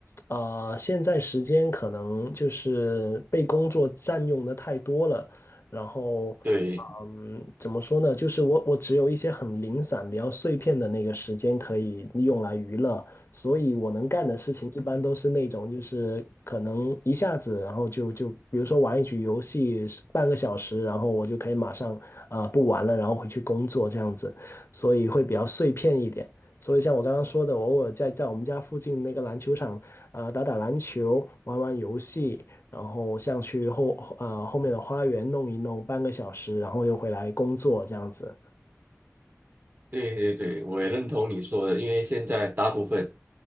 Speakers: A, on the left (about 55°); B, on the right (about 40°).
A: 啊，现在时间可能就是被工作占用的太多了，然后，
B: 对。
A: 嗯，怎么说呢？就是我我只有一些很零散、比较碎片的那个时间可以用来娱乐，所以我能干的事情一般都是那种，就是可能一下子，然后就就比如说玩一局游戏半个小时，然后我就可以马上啊、不玩了，然后回去工作这样子。所以会比较碎片一点。所以像我刚刚说的，我偶尔在在我们家附近那个篮球场啊、呃打打篮球，玩玩游戏，然后像去后啊、呃后面的花园弄一弄半个小时，然后又回来工作这样子。
B: 对对对，我也认同你说的，因为现在大部分，